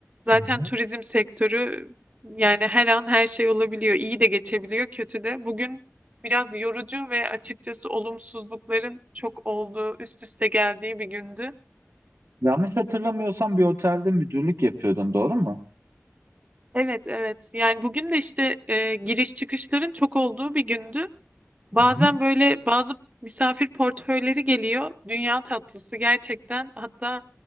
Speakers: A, on the right; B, on the right.
A: Zaten
B: Hı hı.
A: turizm sektörü yani her an her şey olabiliyor. İyi de geçebiliyor, kötü de. Bugün biraz yorucu ve açıkçası olumsuzlukların çok olduğu, üst üste geldiği bir gündü.
B: Yanlış hatırlamıyorsam bir otelde müdürlük yapıyordun, doğru mu?
A: Evet, evet. Yani bugün de işte e, giriş çıkışların çok olduğu bir gündü. Bazen
B: hı hı.
A: böyle bazı misafir portföyleri geliyor. Dünya tatlısı gerçekten. Hatta